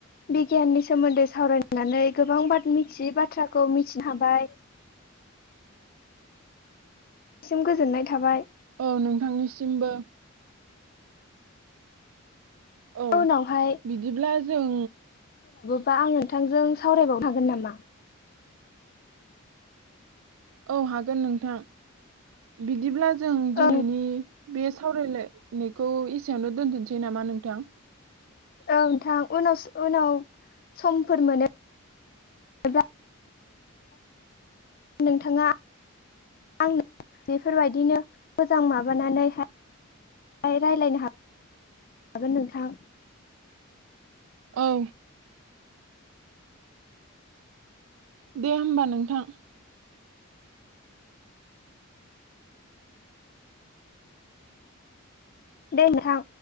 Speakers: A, on the left; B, on the right.
A: बिगियाननि सोमोन्दै सावरायनानै गोबां बाद मिथियै बाथ्राखौ मिथिनो हाबाय। सिम गोजोननाय थाबाय।
B: औ नोंथांनिसिमबो। औ
A: उनावहाय
B: बिदिब्ला जों
A: बा आं नोंथांजों सावरायबावनो हागोन नामा?
B: औ हागोन नोंथां बिदिब्ला जों दिनैनि
A: औ
B: बे सावरायलायनायखौ एसेयावनो दोनथ'सै नामा नोंथां?
A: औ नोंथां उनावसो उनाव समफोर मोनोब्ला नोंथाङा आंनो बेफोरबायदिनो मोजां माबानानैहाय रायलायनो हागोन नोंथां
B: औ दे होमबा नोंथां
A: दे नोंथां